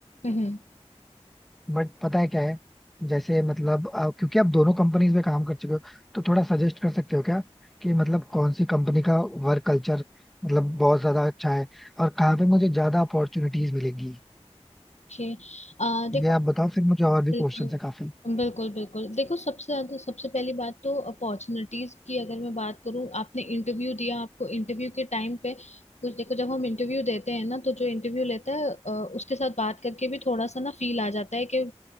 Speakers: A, on the left (about 85°); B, in the centre.
A: हम्म
B: बट पता है क्या है जैसे मतलब अ, क्योंकि आप दोनों कंपनीज में काम कर चुके हो तो थोड़ा सजेस्ट कर सकते हो क्या कि मतलब कौन सी कंपनी का वर्क कल्चर मतलब बहुत ज्यादा अच्छा है और कहाँ पे मुझे ज्यादा अपॉर्चुनिटीज मिलेंगी
A: ओके आ देखो
B: ये आप बताओ फिर मुझे और भी
A: बिल्कुल
B: क्वेश्चन है काफी
A: बिल्कुल बिल्कुल देखो सबसे ज्यादा सबसे पहली बात तो अपॉर्चुनिटीज की अगर मैं बात करूँ आपने इंटरव्यू दिया आपको इंटरव्यू के टाइम पे कुछ देखो जब हम इंटरव्यू देते हैं ना तो जो इंटरव्यू लेता है अ, उसके साथ बात करके भी थोड़ा सा ना फील आ जाता है कि